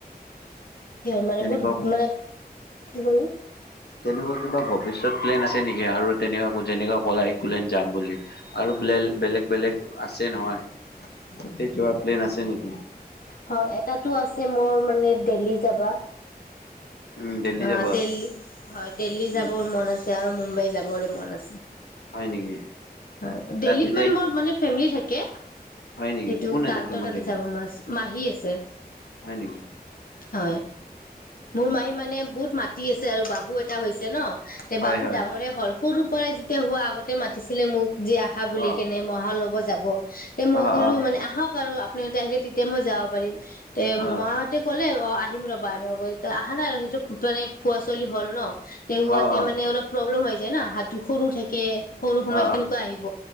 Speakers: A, on the left; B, on the left.
A: স মানে
B: তেনেকুৱা
A: বহুত মানে কি কলে?
B: তেনেকুৱা কিবা ভৱিষ্যত প্লেন আছে নেকি আৰু তেনেকুৱা যেনেকা কলা একোলেণ্ড যাম বুলি আৰু বেলে বেলেগ বেলেগ আছে নহয়। তে যোৱা প্লেন আছে নেকি?
A: হয় এটাতো আছে মোৰ মানে দেল্হি যাবা।
B: উম দেল্হি
A: অ
B: যাবা
A: দিল্লি হয় দিল্লী
B: উম
A: যাব মন আছে আৰু মুম্বাইত যাব বুলি মন আছে।
B: হয় নেকি।
A: হয় দেল্হীত
B: তাতে যাই
A: মানে মোৰ মানে ফেমলি থাকে। কে
B: হয় নেকি
A: সেইটো
B: কোন আছে
A: টান্ত
B: তোমাৰ
A: তাতে
B: দেল্হিত
A: যাব মাছ, মাহীয়ে ছে
B: হয় নেকি?
A: হয়। মোৰ মাহী মানে বহুত মাতি আছে আৰু বাবু এটা হৈছে ন তে
B: হয়
A: বাবু
B: হয়
A: ডাঙৰে হল সৰু পৰে যেতিয়া হোৱা আগতে মাতিছিলে মোক যি আহা বুলি
B: অ
A: কেনে মহা ল'ব যাব, তে মই
B: অ
A: ক'লো
B: অ
A: মানে আহক আৰু আপ <unintelligible> আহিলে তেতিয়া মই যাব পাৰিম তে
B: অ অ
A: মহাহঁতে ক'লে অ আহিম ৰ'বা এনেকুৱাকৈ ত আহা নাই আৰু সেইটো <inaudible> পোৱা চলি হ'ল ন তেওঁ হোৱাতে
B: অ
A: মানে অলপ প্ৰব্লেম হৈ যে ন হাতটো সৰু থাকে সৰু সময়ত
B: অ
A: কেনেকুৱা
B: অ
A: আহিব,